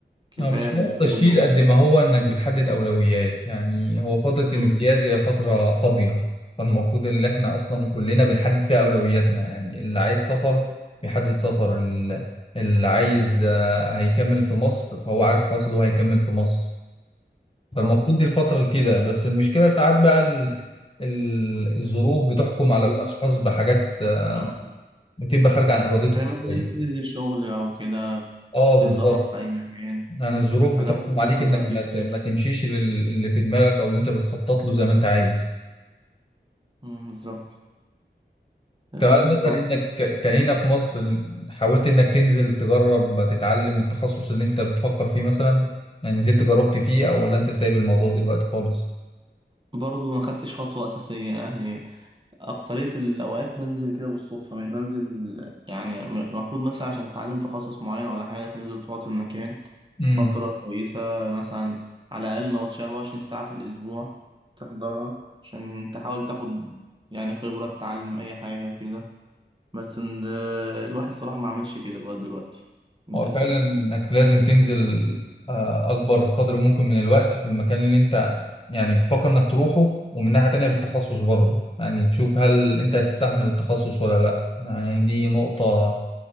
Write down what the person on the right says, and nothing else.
كفايه
الشغل
و-
مم.
بالظبط
بالظبط.
مم.
زي مثلا
انت تنزل الشغل او كده
تتدرب
في اي مكان
فده
برضه
بياخد
وقت
كبير
مم، بالظبط الواحد
الصراحه
برضه ما خدتش خطوه اساسيه يعني أكترية الأوقات بنزل كده بالصدفة مش بنزل يعني م- المفروض مثلا عشان تتعلم تخصص معين ولا حاجة تنزل تقعد في المكان
فترة كويسة مثلا على الأقل نوتش 24 ساعة في الأسبوع تحضرها عشان تحاول تاخد يعني خبرة تتعلم أي حاجة كده بس ال- الواحد صراحة ما عملش كده لغاية دلوقتي للأسف
يعني
مم.